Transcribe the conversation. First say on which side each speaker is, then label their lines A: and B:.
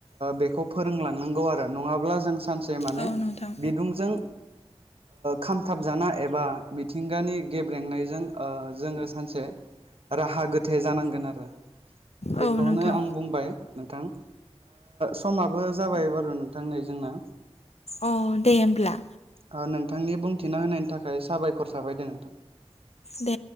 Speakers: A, on the right; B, on the left.
A: बेखौ फोरोंलांनांगौ आरो नङाब्ला जों सानसे माने
B: औ नोंथां
A: बिदुंजों खामथाबजाना एबा मिथिंगानि <inaudible> गेब्रेंनायजों जोङो सानसे राहा गोथे जानांगोन आरो बेखौनो
B: औ नोंथां
A: आं बुंबाय नोंथां समाबो जाबाय बार' नोंथां थांनाय जोंना
B: अ दे होमब्ला
A: ओ नोंथांनि बुंथिना होनायनि थाखाय साबायखर साबाय दे नोंथां
B: द